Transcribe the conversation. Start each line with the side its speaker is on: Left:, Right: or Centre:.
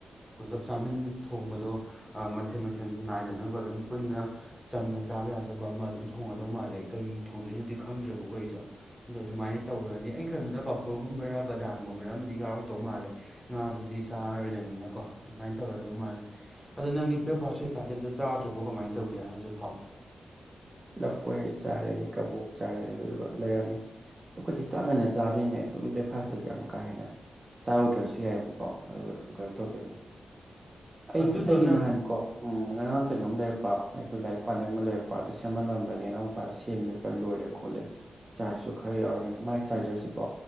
Centre: ꯄꯨꯂꯞ ꯆꯥꯃꯤꯟ ꯊꯣꯡꯕꯗꯣ ꯑꯥ ꯃꯊꯦꯜ ꯃꯊꯦꯜ ꯅꯥꯏꯗꯅꯕ ꯑꯗꯨꯝ ꯄꯨꯟꯅ꯫ ꯆꯝꯅ ꯆꯥꯕ ꯌꯥꯗꯧꯕ ꯑꯃ ꯑꯗꯨꯝ ꯊꯣꯡꯉꯗꯧ ꯃꯥꯜꯂꯦ ꯀꯩ ꯊꯣꯡꯗꯣꯏꯅꯣꯗꯤ ꯈꯪꯗ꯭ꯔꯦꯕꯀꯣ ꯑꯩꯁꯨ꯫ ꯑꯗꯣ ꯑꯗꯨꯃꯥꯏꯅ ꯇꯧꯔꯅꯤ ꯑꯩꯅ ꯈꯟꯕꯗ ꯄꯥꯐꯣꯔ ꯒꯨꯝꯕꯔꯥ ꯕꯗꯥꯝꯒꯨꯝꯕꯔ ꯑꯃꯗꯤ ꯌꯥꯎꯔꯛꯇꯧ ꯃꯥꯜꯂꯦ꯫ ꯉꯥꯗꯨꯗꯤ ꯆꯥꯔꯔꯣꯏꯗꯝꯅꯤꯅꯀꯣ ꯑꯗꯨꯃꯥꯏꯅ ꯇꯧꯔꯗꯧ ꯃꯥꯜꯂꯦ꯫ ꯑꯗꯨ ꯅꯪꯗꯤ ꯕ꯭ꯔꯦꯛꯐꯥꯁ ꯀꯩꯀꯥꯗꯤ ꯑꯝꯇ ꯆꯥꯗ꯭ꯔꯕꯣ ꯀꯃꯥꯏꯅ ꯇꯧꯒꯦ ꯍꯧꯖꯤꯛꯐꯥꯎ꯫
Right: ꯂꯐꯣꯏ ꯆꯥꯔꯦ ꯀꯕꯣꯛ ꯆꯥꯔꯦ ꯑꯗꯨꯗꯨꯒ ꯂꯩꯔꯝꯃꯤ꯫ ꯑꯩꯈꯣꯏꯁ ꯆꯥꯛ ꯉꯥꯟꯅ ꯆꯥꯕꯅꯤꯅꯦ ꯑꯗꯨꯝ ꯕ꯭ꯔꯦꯛꯐꯥꯁꯇꯁꯨ ꯌꯥꯝ ꯀꯥ ꯍꯦꯟꯅ꯫ ꯆꯥꯔꯨꯗ꯭ꯔꯁꯨ ꯌꯥꯏꯑꯕꯀꯣ ꯑꯗꯨꯒ ꯑꯗꯨꯝ ꯀꯩꯅꯣ ꯇꯧꯗꯣꯏꯅꯦ꯫ ꯑꯩ
Centre: ꯑꯗꯨꯗꯣ
Right: ꯑꯩꯒꯤ
Centre: ꯅꯪ
Right: ꯅꯍꯥꯟꯀꯣ ꯎ ꯉꯔꯥꯡ ꯀꯩꯅꯣꯝ ꯂꯩꯔꯛꯄ ꯑꯩꯈꯣꯏ ꯂꯥꯏꯔꯤꯛ ꯄꯥ ꯑꯃ ꯂꯩꯔꯛꯄ꯫ ꯁꯦꯝꯍꯜꯂꯝꯕꯅꯦ ꯏꯅꯥꯎꯄꯥ ꯁꯦꯝꯃꯦꯕ ꯂꯣꯏꯔꯦ ꯈꯣꯠꯂꯦ꯫ ꯆꯥꯔꯖꯁꯨ ꯈꯔ ꯌꯥꯎꯔꯝꯃꯦꯗ ꯃꯒꯤ ꯆꯥꯔꯖꯔꯁꯤꯀꯣ꯫